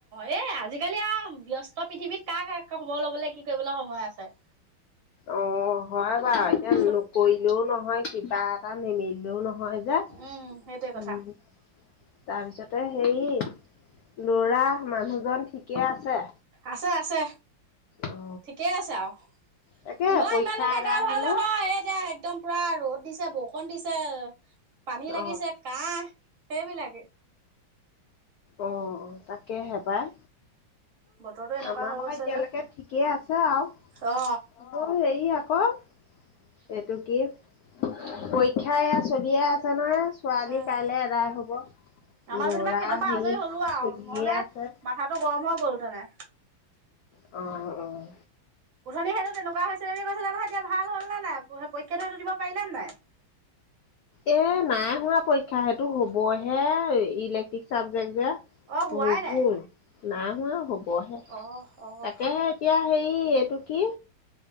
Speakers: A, on the right; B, on the left.
A: এ! আজিকালি আৰু ব্যস্ত তই পৃথিৱীত কাৰ কাৰ খবৰ ল'বলৈ কি কৰিবলৈ সময় আছে।
B: অ', হয় বাৰু এতিয়া
A: চ
B: নকৰিলেও নহয় কিবা এটা নিমিলেও নহয়। হয় যা
A: উম সেইটোৱে কথা
B: উম তাৰপিছতে। হেৰি লৰা মানুহজন ঠিকে আছে।
A: আছে, আছে
B: অ
A: ঠিকেই আছে আৰু
B: তাকে
A: লোৱা
B: পৰীক্ষা
A: ইমানো
B: আদায়
A: এটা ভাল
B: হলে
A: নহয়, এতিয়া একদম পুৰা ৰ'দ। দিছে বৰষুণ দিছে পানী লাগিছে
B: অ
A: কাহ সেইবিলাকে।
B: অহ' তাকেহে পাই।
A: বতৰটো এনেকুৱা
B: আমাৰ
A: হৈ
B: বাৰু
A: গৈছে
B: এতিয়ালৈকে
A: যে
B: ঠিকেই আছে আৰু,
A: অ
B: অহ' হেৰি আকৌ। ক, এইটো কি? পৰীক্ষা এয়া চলিয়ে আছে নহয়। ছোৱালী
A: উম
B: কাইলে এৰাই হ'ব।
A: আমাৰ
B: ল'ৰা
A: যেনিবা সেইটোৰ পৰা
B: হেৰি
A: আজৰি হলোল আৰু,
B: চলিয়ে
A: নহ'লে
B: আছে
A: মাথাটো গৰম হৈ গ'ল তেনে।
B: অহ', অহ'।
A: উধনি হেনো তেনেকুৱা হৈছে। <unintelligible> কৈছিলে নহয় এতিয়া ভাল হ'ল নে নাই, পৰীক্ষাটোতো দিব পাৰিলা নে নাই।
B: এ নাই হোৱা পৰীক্ষা সেইটো হ'বহে। ইলেক্ট্ৰিক চাবজেক্ট যে,
A: অ হোৱাই
B: ভোগোল
A: নাই
B: নাই হোৱা হ'ব। হ'বহে,
A: অ অ'।
B: তাকেহে এতিয়া হেৰি এইটো কি।